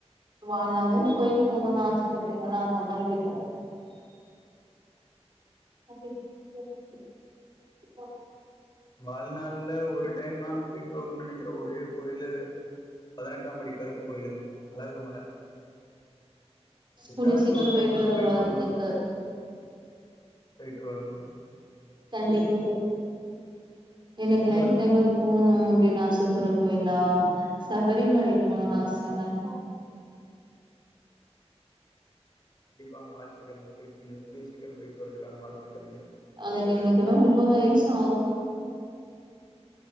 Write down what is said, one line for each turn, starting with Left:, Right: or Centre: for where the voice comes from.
Right: வாழலால்ல இந்த கோயிலுக்கு போணுன்னு ஆசைப்படுறீங்களா அந்த மாரி கேக்கற அப்டி டி சரி போ
Left: வாழ்நாள்ல ஒரு டைம் நாள் போயிட்டு வரும்ன்னு நெனைக்கிற ஒரே கோயிலு பதினெட்டாம் படி கருப்பு கோயிலுங்க அழகுரு மல எப்பயாச்சு
Right: கூடிய சீக்கிரோ
Left: ஒரு டைம் நாளு
Right: வர
Left: போயிட்டு
Right: வாழ்த்துக்கள்
Left: வந்துரு போய்ட்டு வரணு
Right: கண்டிப்பா எனக்கு
Left: உங்களுக்கு
Right: லைப் டைம்ல
Left: புடிச்ச கோயில்
Right: போகணு அப்டின்னு ஆசப்பட்ற கோயிலா சபரி ரிமலை போணுனு
Left: ஆ
Right: ஆசங்க
Left: கண்டிப்பாங்க வாழ்த்துக்கள் போயி கூடிய சீக்கிரம் போயிட்டு வர்றதுக்கான வாழ்த்துக்கள்ங்க
Right: அதுக்கு எனக்கு தா ரொம்ப வயசு ஆகணு